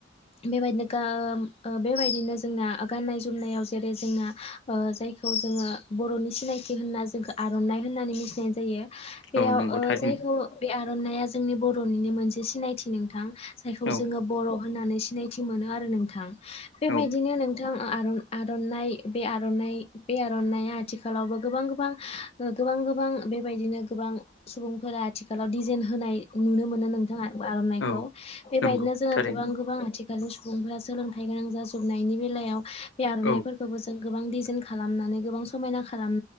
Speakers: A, on the left; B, on the left.
A: बेबायदिनो गा ओ ओ बेबायदिनो जोंना गाननाय जोमनायाव जेरै जोंना ओ जायखौ जोङो बर'नि सिनायथि हो होनना जोंखौ आरनाइ होननानै मिथिनाय जायो बेयाव
B: औ नंगौ
A: ओ
B: थारैनो
A: जायखौ बे आर'नाइआ जोंनि बर'निनो मोनसे सिनायथि नोंथां जायखौ
B: औ
A: जोङो बर' होननानै सिनायथि मोनो आरो नोंथां बेबायदिनो
B: औ
A: नोंथां आ आर आर'नाइ बे आर'नाइ बे आर'नाइया आथिखालावबो गोबां गोबां ओ गोबां गोबां बेबायदिनो गोबां सुबुंफोरा आथिखालाव दिजेन हो होनाय नुनो मोनो नोंथाङा आर'नाइखौ
B: औ
A: बेबायदिनो
B: नंगौ
A: जोङो
B: थारैनो
A: गोबां गोबां आथि खालनि सुबुंफोरा सोलोंथाइ गोनां जाजोबनायनि बेलायाव बे आर'नाइफोरखौबो
B: औ
A: जों गोबां डिजेन खालामनानै गोबां समायना खालाम